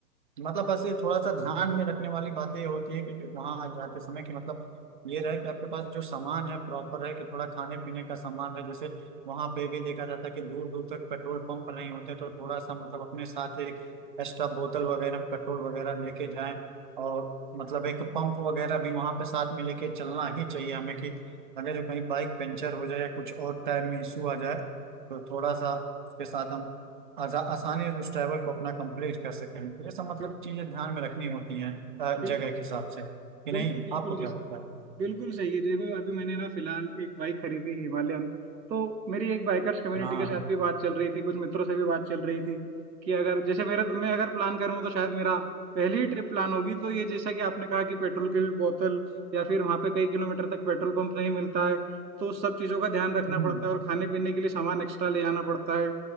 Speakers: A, on the right (about 30°); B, on the right (about 85°).
A: मतलब बस ये थोड़ा सा ध्यान में रखने वाली बात ये होती है कि वहाँ जाते समय कि मतलब ये रहे कि आपके पास जो सामान है प्रॉपर है कि थोड़ा खाने पीने का सामान है जैसे वहां पे भी देखा जाता है कि दूर दूर तक पेट्रोल पंप नहीं होते तो थोड़ा सा मतलब अपने साथ एक एक्स्ट्रा बोतल वगैरह पेट्रोल वगैरह लेके जाएं और मतलब एक पंप वगैरह भी वहां पे साथ में लेके चलना ही चाहिए हमें कि अगर कहीं बाइक पंचर हो जाए या कुछ और टायर में इशू आ जाए तो थोड़ा सा उसके साथ हम आजा- आसानी से उस ट्रैवल को अपना कंप्लीट कर सकें ये सब मतलब
B: बिल-
A: चीजें ध्यान में रखनी होती हैं अ, जगह
B: बिल्कुल
A: के हिसाब से कि
B: बिल्कुल
A: नहीं
B: बिल्कुल
A: आपको क्या
B: जी।
A: लगता है
B: बिल्कुल सही है देखो अभी मैंने ना फिलहाल एक बाइक खरीदी हिमालयन तो मेरी एक बाइकर्स कम्युनिटी
A: हाँ
B: के साथ
A: हाँ
B: भी बात चल रही थी कुछ मित्रों से भी बात चल रही थी कि अगर जैसे मेरे तो मैं अगर प्लान करूँ तो शायद मेरा पहली ही ट्रिप प्लान होगी तो ये जैसा कि आपने कहा कि पेट्रोल की बोतल या फिर वहाँ पे कई किलोमीटर तक पेट्रोल पंप नहीं मिलता है तो उस सब चीज़ों का ध्यान रखना
A: हम्म
B: पड़ता है और खाने पीने के लिए सामान एक्स्ट्रा ले जाना पड़ता है